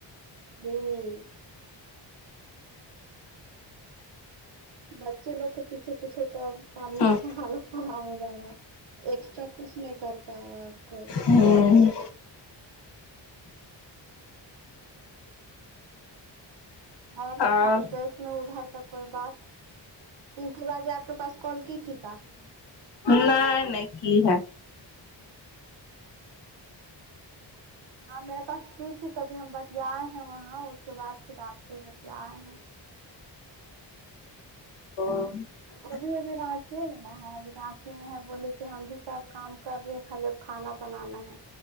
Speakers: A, on the right; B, on the left.
A: <unintelligible> بچے لوگ کے پیچھے پیچھے تو امی
B: ہ
A: کا حالت خراب ہو جا را ایکسٹرا کچھ نہیں کر پائے آپ کوئی
B: ہ
A: اڈئیر
B: اور
A: کا کوئی بات اور <unintelligible> ان کی باجی اپ کے پاس کال کی تھی کہ
B: نہ نہیں ہے
A: ہاں میرے پاس کی تھی کبھی ہم بتیایے ہیں وہاں اس کے بعد پھر آپ سے بتیائے ہیں
B: ہاں
A: وہ بھی ابھی راچی میں ہے ابھی راچی میں ہے بولی کہ ہم بھی سب کام کر رہے خالی اب کھانا بنانا ہے